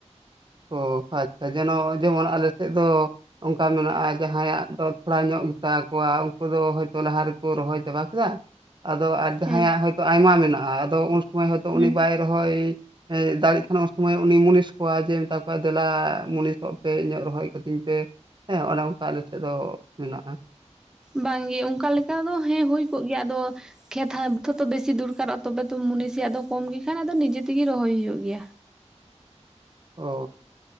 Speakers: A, on the right; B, in the centre.
A: ᱚ ᱟᱪᱪᱷᱟ ᱡᱮᱱᱚ ᱡᱮᱢᱚᱱ ᱟᱞᱮ ᱥᱮᱫ ᱫᱚ ᱚᱱᱠᱟ ᱢᱮᱱᱟᱜᱼᱟ ᱡᱟᱦᱟᱸᱭᱟᱜ ᱫᱚ ᱛᱷᱚᱲᱟ ᱧᱚᱜ ᱜᱮᱛᱟ ᱠᱚᱣᱟ ᱩᱱᱠᱩ ᱫᱚ ᱦᱚᱭᱛᱚ ᱞᱟᱦᱟ ᱨᱮᱠᱚ ᱨᱚᱦᱚᱭ ᱪᱟᱵᱟ ᱠᱮᱫᱟ ᱟᱫᱚ ᱟᱨ ᱡᱟᱦᱟᱸᱭᱟᱜ
B: ᱦᱮᱸ
A: ᱦᱚᱭᱛᱚ ᱟᱭᱢᱟ ᱢᱮᱱᱟᱜᱼᱟ ᱟᱫᱚ ᱩᱱ ᱥᱚᱢᱚᱭᱛᱚ
B: ᱦᱩᱸ
A: ᱩᱱᱤ ᱵᱟᱭ ᱦᱚᱭ ᱫᱟᱲᱮᱜ ᱠᱟᱱᱟ ᱩᱱ ᱥᱚᱢᱚᱭ ᱩᱱᱤ ᱢᱩᱱᱤᱥ ᱠᱚᱣᱟ ᱡᱮ ᱢᱮᱛᱟ ᱠᱚᱣᱟ ᱫᱮᱞᱟ ᱢᱩᱱᱤᱥᱚᱜ ᱯᱮ ᱤᱧᱟᱹᱜ ᱨᱚᱦᱚᱭ ᱠᱟᱹᱛᱤᱧ ᱯᱮ᱾ ᱦᱮᱸ ᱚᱱᱮ ᱚᱱᱠᱟ ᱟᱞᱮᱥᱮᱡ ᱫᱚ ᱢᱮᱱᱟᱜᱼᱟ᱾
B: ᱵᱟᱝᱜᱮ ᱚᱱᱠᱟ ᱞᱮᱠᱟ ᱫᱚ ᱦᱮᱸ ᱦᱩᱭ ᱠᱚᱜ ᱜᱮᱭᱟ ᱟᱫᱚ ᱠᱷᱮᱛ ᱦᱟᱛ ᱛᱚ ᱵᱮᱥᱤ ᱫᱚᱨᱠᱟᱨᱚᱜᱼᱟ ᱛᱚᱵᱮ ᱛᱚ ᱢᱩᱱᱤᱥᱤᱭᱟᱜ ᱫᱚ ᱠᱚᱢ ᱜᱮᱠᱷᱟᱱ ᱫᱚ ᱱᱤᱡᱮ ᱛᱮᱜᱮ ᱨᱚᱦᱚᱭ ᱦᱩᱭᱩᱜ ᱜᱮᱭᱟ᱾
A: ᱚ